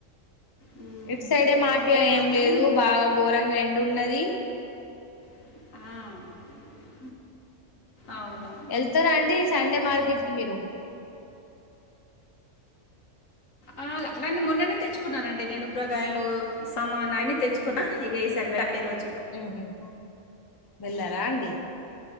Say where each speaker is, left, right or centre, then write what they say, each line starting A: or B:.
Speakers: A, on the left; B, on the left.
A: మ్మ్.
B: ఇట్ సైడే
A: కానీ
B: మాకిగ
A: మన సైడ్
B: ఏం
A: మాత్రం
B: లేదు బాగా ఘోరంగా ఎండున్నది
A: ఆ అవును
B: వెళ్తారా అండి సండే
A: ఏ-
B: మార్కెట్కి మీరు
A: ఆ అట్లా మొన్ననే తెచ్చుకున్నానండి నేను కూరగాయలు సమాన్ నాయన్ని తెచ్చుకున్నా ఇక ఈ సర్వే ఈ రోజు
B: మ్మ్ హ్మ్ వెళ్ళారా అండి